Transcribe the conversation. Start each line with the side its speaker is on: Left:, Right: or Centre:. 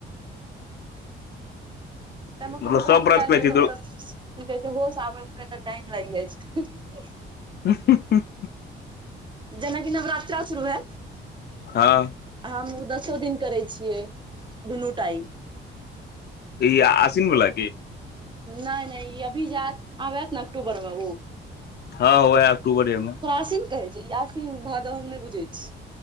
Right: ताहिमें कोनो
Left: मतलब
Right: व्रत
Left: सब
Right: कए
Left: करै
Right: लियो
Left: छै
Right: तब तऽ की कहै छै होश आबै मे कनी देर टाइम लागि जाय छै। ह <inaudible>
Left: ह <unintelligible>
Right: जेना कि नवरात्रा शुरू हैत।
Left: हँ।
Right: हम दसो दिन करै छियै दुनू टाइम।
Left: ई आसिन वला की?
Right: नै नै ई अभी जे एत आब एत न अक्टूबर में उ।
Left: हँ ओहै अक्टूबरे में।
Right: आसिन कहै छै ई आसिन भादब हम नै बुझै छी।